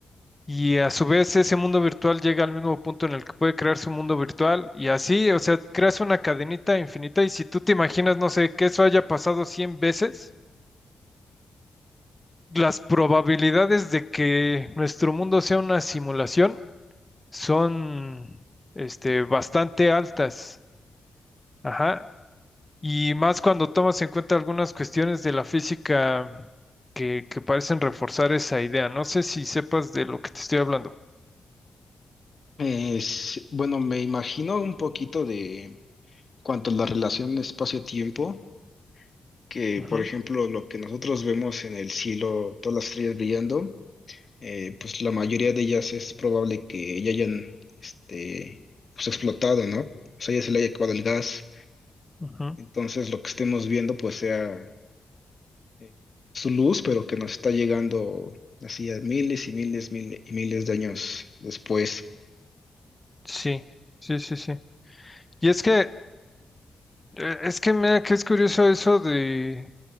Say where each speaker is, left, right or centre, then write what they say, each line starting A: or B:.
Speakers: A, on the left (about 15°); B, on the left (about 45°).
A: y a su vez ese mundo virtual llega al mismo punto en el que puede crear su mundo virtual y así, o sea, creas una cadenita infinita y si tú te imaginas, no sé, que eso haya pasado cien veces, las probabilidades de que nuestro mundo sea una simulación son, este, bastante altas. Ajá, Y más cuando tomas en cuenta algunas cuestiones de la física que, que parecen reforzar esa idea. No sé si sepas de lo que te estoy hablando.
B: Es, bueno, me imagino un poquito de cuanto a la relación espacio-tiempo. que,
A: Ujú,
B: por ejemplo, lo que nosotros vemos en el cielo, todas las estrellas brillando, eh, pues la mayoría de ellas es probable que ya hayan, este, pues explotado, ¿no? O sea, ya se le haya acabado el gas.
A: ujú.
B: Entonces, lo que estemos viendo, pues sea eh, su luz, pero que nos está llegando así a miles y miles, miles y miles de años después.
A: Sí, sí, sí, sí. Y es que, eh, es que mira que es curioso eso de,